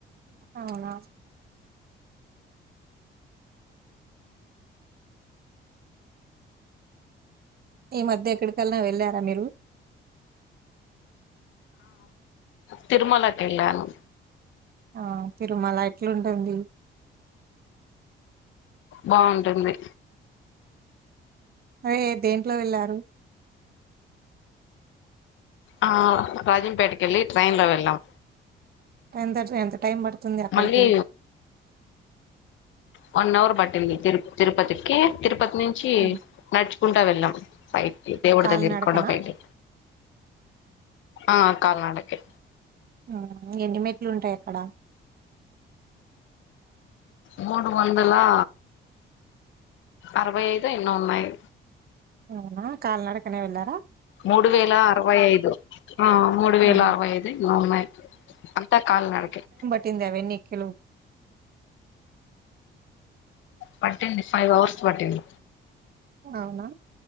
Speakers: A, on the right; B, on the left.
A: అవునా ఈ మధ్య ఎక్కడికాల్నా వెళ్ళారా మీరు
B: తిరుమలకెళ్ళాను
A: ఆ తిరుమల ఎట్లుంటుంది
B: బాగుంటుంది
A: అదే దేంట్లో వెళ్లారు
B: ఆ రాజంపేటకెళ్ళి ట్రైన్ లో వెళ్ళాం
A: ఎంత ట్రై ఎంత టైం పడుతుంది అక్కడికి
B: మళ్ళీ వన్ అవర్ పట్టింది తిరు తిరుపతికి తిరుపతి నుంచి
A: హ్మ్
B: నడుచుకుంటా వెళ్ళాం పై కీ దేవుడు
A: కాలినడకనా?
B: దగ్గరికి కొండ పైకి ఆ కాలి నడకే
A: ఆ ఎన్ని మెట్లు ఉంటాయి అక్కడ
B: మూడు వందలా అరవై ఐదో ఎన్నో ఉన్నాయి
A: అవునా కాలినడకనే వెళ్ళారా
B: మూడు వేల అరవై ఐదు ఆ మూడు వేల
A: ఆహా
B: అరవై ఐదు ఏమోన్నాయి తా కాలినడకే
A: కిందవన్ని ఎక్కే లో
B: పట్టింది ఫైవ్ అవర్స్ పట్టింది
A: అవునా